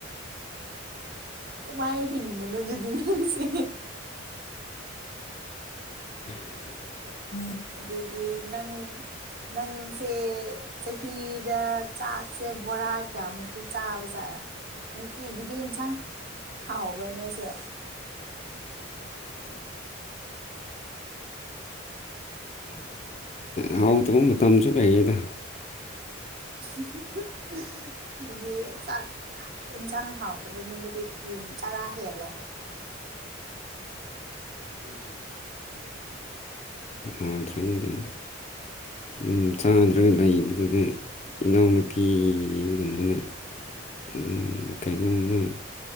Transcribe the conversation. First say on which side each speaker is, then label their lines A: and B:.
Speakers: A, on the right; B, on the left.
A: ꯀꯃꯥꯏ ꯍꯤꯡꯕꯅꯣ ꯑꯗꯨꯗꯤ ꯅꯪꯁꯦ
B: <unintelligible>
A: ꯑꯗꯨꯗꯤ ꯅꯪ ꯅꯪꯁꯦ ꯆꯍꯤꯗ ꯆꯥꯛꯁꯦ ꯕꯣꯔꯥ ꯀꯌꯥꯃꯨꯛꯇꯤ ꯆꯥꯕꯖꯥꯠꯔꯥ ꯅꯨꯡꯇꯤꯒꯤꯗꯤ ꯑꯦꯟꯁꯥꯡ ꯍꯥꯎꯕ꯭ꯔꯥ ꯅꯣꯏꯁꯦ
B: <unintelligible> ꯍꯥꯎ ꯇꯧꯕ ꯃꯇꯝꯁꯨ ꯂꯩꯌꯦꯗ
A: <unintelligible> ꯑꯗꯨꯗꯤ ꯆꯥꯛ ꯌꯦꯟꯁꯥꯡ ꯍꯥꯎꯇꯕ ꯅꯨꯃꯤꯠ ꯑꯗꯨꯝ ꯆꯔꯥ ꯍꯦꯜꯂꯦ
B: ꯌꯥꯗ꯭ꯔꯗꯤ ꯑꯗꯨꯝ ꯑꯗꯨꯝ ꯆꯥꯗ꯭ꯔꯒ ꯂꯩꯕꯗꯨꯗ ꯏꯅꯥꯎꯅꯨꯄꯤ ꯅꯨꯅꯥꯄꯤꯒꯨꯝꯕꯅ ꯑꯗꯨꯝ ꯀꯩꯅꯣꯝꯃ